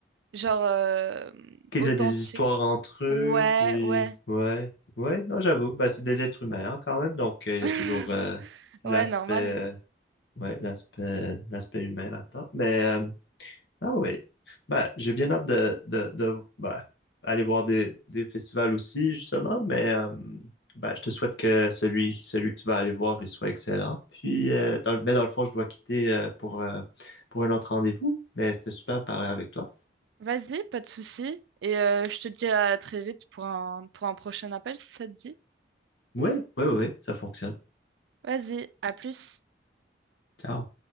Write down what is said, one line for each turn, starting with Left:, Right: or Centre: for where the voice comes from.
Right: genre, euh,
Left: qu'ils
Right: authentiques
Left: aient des histoires entre eux,
Right: Ouais,
Left: puis
Right: ouais.
Left: ouais, ouais, non, j'avoue, bah, c'est des êtres humains hein, quand même, donc euh, il
Right: <laughs>
Left: y a toujours euh,
Right: Ouais,
Left: l'aspect,
Right: normal.
Left: euh, ouais, l'aspect, l'aspect humain là-dedans. Mais euh, ah ouais, bah, j'ai bien hâte de, de, de bah, aller voir des, des festivals aussi justement, mais euh, bah, je te souhaite que celui, celui que tu vas aller voir, il soit excellent. Puis, euh, dans le- mais dans le fond, je dois quitter euh, pour euh, pour un autre rendez-vous, mais c'était super de parler avec toi.
Right: Vas-y, pas de souci. Et euh, je te dis à très vite pour un, pour un prochain appel si ça te dit.
Left: Ouais, ouais, ouais, ça fonctionne.
Right: Vas-y, à plus.
Left: Ciao.